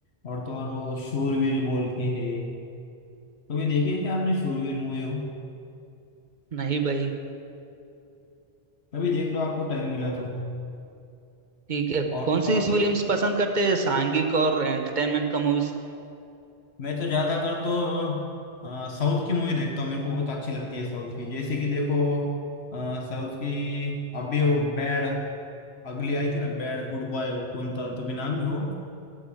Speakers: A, on the left; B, on the right.
A: और तो और वो शूरवीर बोल के है कभी देखिए क्या आपने शूरवीर मूवी हो
B: नहीं भाई
A: कभी देख लो आपको टाइम मिला तो
B: ठीक है
A: और
B: कौन
A: तो और
B: सी फिल्म्स
A: कभी
B: पसंद करते हैं सांघिक और एंटरटेनमेंट का मूवीज
A: मैं तो ज्यादा कर तो अ, साउथ की मूवी देखता हूँ मेरे को बहुत अच्छी लगती है साउथ की जैसे कि देखो अ, साउथ की अभी वो बैड अगली आई थी ना बैड गुड बॉय वो कौन था तो भी नाम ही हो